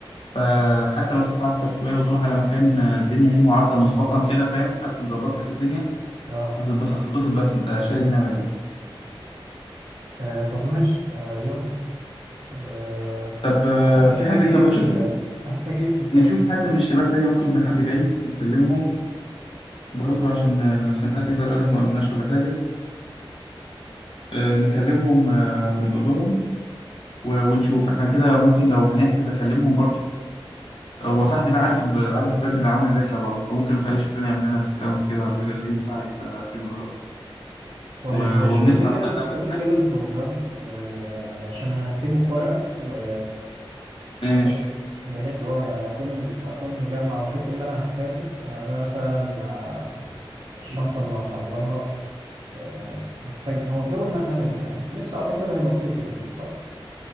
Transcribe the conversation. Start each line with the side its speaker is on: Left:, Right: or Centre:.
Left: فحتى لو تدفع أكتر شوية وتروح على مكان آه، الدنيا فيه معدة مسبقا كده فاهم حد مظبط لك الدنيا
Right: اه
Left: هتتبسط هتتبسط بس أنت شاري دماغك بقى
Right: آه، طب ماشي آه، يلا آه،
Left: طب آه،
Right: هحت- هنحتاج
Left: في حد
Right: ايه
Left: طب
Right: في
Left: ما تشوف
Right: ال...
Left: ال...
Right: هنحتاج ايه في الباكينج
Left: نشوف حد من الشباب تاني ممكن يكون حد جاي نكلمهم برضو عشان آه، عشان حد يزعل يقول لك ما قالوناش ولا حاجة آه، نكلمهم آه، ونقول لهم و- ونشوف احنا كده ممكن لو هنحجز أكلمهم برضو هو صاحبي ده عارف ال... عارف الراجل اللي عامل الرحلة برضه فممكن نخليه يشوف لنا يعمل لنا ديسكاونت كده ولا حاجة لو ينفع يبقى حلو قوي
Right: طيب
Left: و...
Right: ماشي
Left: وبندفع
Right: قول لي كده
Left: مقدم
Right: قول
Left: الحاجة
Right: لي كده البروجرام آه يعني عشان هكتبه في ورقة و
Left: ماشي
Right: بحيث بحيث اه يعني اكون اكون مجمع واشوف ايه اللي انا هحتاجه يعني انا مثلا آه، الشنطة اللي هحضرها آه محتاج هو الجو هناك عامل ايه يعني لبس اعتقد هيبقى صيفي بس صح؟